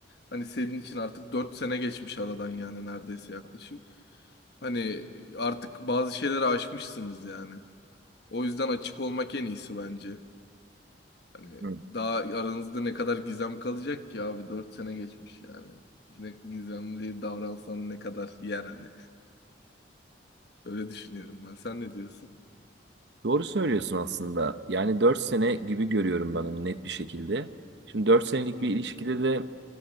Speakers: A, on the left; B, on the right.
A: hani senin için artık 4 sene geçmiş aradan yani neredeyse yaklaşık. Hani artık bazı şeyleri aşmışsınız yani. O yüzden açık olmak en iyisi bence. Hani
B: Hı
A: daha aranızda ne kadar gizem kalacak ki abi 4 sene geçmiş yani. Ne gizemli davransan ne kadar yer hani. Böyle düşünüyorum ben. Sen ne diyorsun?
B: Doğru söylüyorsun aslında. Yani 4 sene gibi görüyorum ben onu net bir şekilde. Şimdi dört senelik
A: Hı
B: bir
A: hı,
B: ilişkide de